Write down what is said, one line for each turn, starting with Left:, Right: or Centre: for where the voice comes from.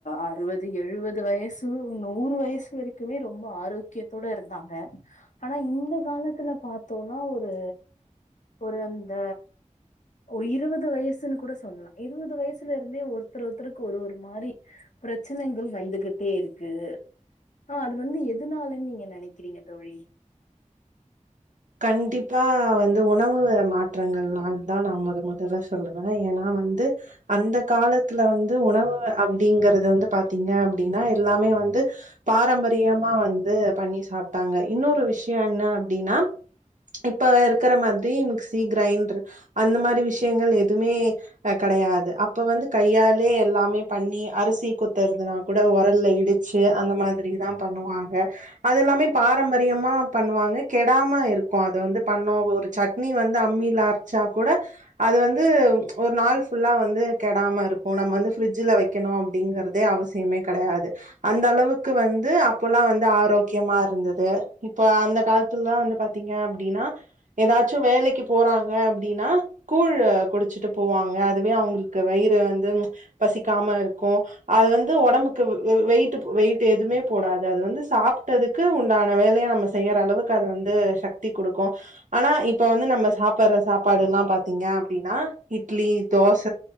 Left: அறுவது எழுவது வயசு நூறு வயசு வரைக்குமே ரொம்ப ஆரோக் க்கியத்தோட இருந்தாங்க ஆனா இந்த காலத்துல பாத்தோனா ஒரு ஒரு அந்த ஒ இருவது வயசுனு கூட சொல்லா இருவது வயசுலருந்தே ஒருத்தர் ஒருத்தருக்கு ஒரு ஒரு மாரி பிரச்சனகள் வந்துகிட்டே இருக்கு ஆ அது வந்து எதுனாலனு நீங்க நெனைக்கிறீங்க தோழி
Right: கண்டிப்பா வந்து உணவு மாற்றங்கள்னாள்தா நா மொத மொதல்ல சொல்ற ஏனா வந்து அந்த காலத்துல வந்து உணவு அப்டிங்கறது வந்து பாத்தீங்க அப்டினா எல்லாமே வந்து பாரம்பரியமா வந்து பண்ணி சாப்ட்டாங்க இன்னொரு விஷ்யோ என்ன அப்டினா இப்ப இருக்கற மாதிரி மிக்சி கிரைண்டர் அந்த மாரி விஷ்யங்கள் எதுமே கெடையாது அப்ப வந்து கையாலயே எல்லாமே பண்ணி அரிசி குத்தறதுனா கூட ஒரல்ல இடி ச்சு அந்த மாதிரிதா பண்ணுவாங்க அதெல்லாமே பாரம்பரியமா பண்ணுவாங்க கெடாம இரு க்கு அத வந்து பண்ணோ ஒரு சட்னி வந்து அம்மில அரச்சா கூட அது வந்து ஒரு நாள் ஃபுல்லா வந்து கெடாம இருக்கு நம்ம வந்து ஃபிரிஜ்ஜில வெக்கணு அப்டிங்கறதே அவசியமே கெடையாது அந்த அளவுக்கு வந்து அப்போல்லா வந்து ஆரோக்கியமா இருந்தது இப்ப அந்த காலத்துலல்லா வந்து பாத் தீங்க அப்டினா எதாச்சு வேலைக்கு போறாங்க அப்டினா கூழு குடிச்சிட்டு போவாங்க அதுவே அவுங்களுக்கு வயிறு வந்து பசிக்காம இருக்கு அது வந்து ஒடம்புக்கு வெயிட் வெயிட் எதுமே போடாது அது வந்து சாப்ட்டதுக்கு உண்டான வேலய நம்ம செய்யற அளவு க்கு அது வந்து சக்தி குடுக்கு ஆனா இப்ப வந்து நம்ம சாப்பற சாப்பாடெல்லா பாத்தீங்க அப்டினா இட்லி, தோச